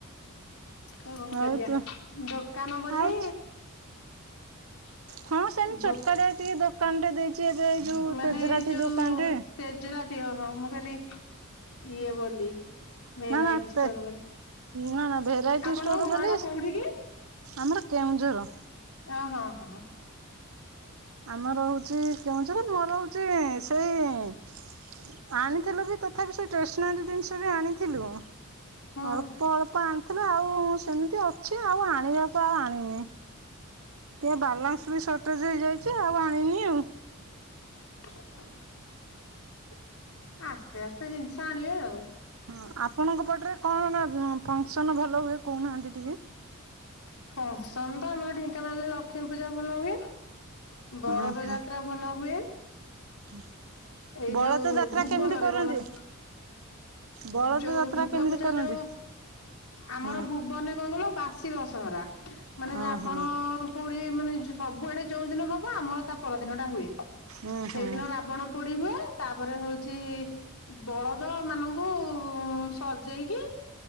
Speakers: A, on the left; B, on the right.
A: କଣ
B: ହଉ
A: କରିବା?
B: ତୁ
A: ଦୋକାନ ବୋଲି
B: ଆଉ
A: <unintelligible>
B: ହଁ ସେମତି ଛୋଟ
A: ଦୋ
B: କାଟିଆ ଟିକେ ଦୋକାନ ଟେ ଦେଇଚି ଏବେ ଏଇ ଯୋଉ
A: ମାନେ
B: ତେଜରାତି
A: ଏଇ ଯୋଉ
B: ଦୋକାନ ଟେ।
A: ତେଜରାତି ଅ, ହଁ ମୁଁ କହିଲି ଇଏ ବୋଲି ଭେରାଇଟି
B: ନା ନା
A: ଷ୍ଟୋର୍
B: ତେ
A: ବୋଲି,
B: ନା ନା ଭେରାଇଟି
A: ଆପଣଙ୍କ
B: ଷ୍ଟୋର ବୋଲି
A: ଘର ଟା କୋଉଠି କି?
B: ଆମର କେଉଁଝର।
A: ଅଁ, ହଁ, ହଁ।
B: ଆମର ହଉଛି କେଉଁଝର, ମୁଁ ରହୁଚି ସେଇଁ ଆଣିଥିଲୁ ବି ତଥାପି ସେ ଷ୍ଟେସନାରୀ ଜିନିଷ ବି ଆଣିଥିଲୁ।
A: ହୁଁ
B: ଅଳ୍ପ ଅଳ୍ପ ଆଣିଥିଲୁ ଆଉ ସେମିତି ଅଛି, ଆଉ ଆଣିବାକୁ ଆଉ ଆଣିନି। ଟିକେ ବାଲାନ୍ସ ବି ସର୍ଟେଜ୍ ହେଇଯାଇଛି ଆଉ ଆଣିନି। ଆଉ
A: <inaudible> ଆସ୍ତେ ଆସ୍ତେ ଜିନିଷ ଆଣିବେ ଆଉ।
B: ହଁ ଆପଣଙ୍କ ପଟରେ କଣ ଅଁ, ଫଙ୍କସନ୍ ଭଲ ହୁଏ କହୁନାହାନ୍ତି ଟିକେ?
A: ଫଙ୍କସନ୍ ତ ଆମର ଢେଙ୍କାନାଳରେ ଲକ୍ଷ୍ମୀ ପୂଜା ଭଲ ହୁଏ। ବଳଦ
B: ହଁ ହଁ
A: ଯାତ୍ରା ଭଲ ହୁଏ।
B: <unintelligible>
A: ଏଇ
B: ବଳଦ
A: ଯୋଉ
B: ଯାତ୍ରା
A: ଭୁବନରେ
B: କେମିତି କରନ୍ତି
A: ବଳଦ
B: ବଳଦ
A: ଯୋଉ
B: ଯାତ୍ରା
A: ଦୁର୍ଗା
B: କେମିତି
A: ପୂଜା
B: କରନ୍ତି
A: ଯୋଉ ଆମର
B: ହଁ
A: ଭୁବ ବନେ କଣ କହିଲ ବାସି ଦଶହରା, ମାନେ ରାବଣ
B: ହଁ ହଁ
A: ଅଁ, ପୁଡି, ମାନେ ଯୋ ସବୁଆଡେ ଯୋଉ ଦିନ ହବ ଆମର ତା ପରଦିନ ଟା ହୁଏ,
B: ହୁଁ
A: ସେଇ
B: ହୁଁ
A: ଦିନ ରାବଣ ପୋଡି ହୁଏ, ତାପରେ ହଉଛି ବଳଦ ମାନଙ୍କ କୁ ସଜେଇକି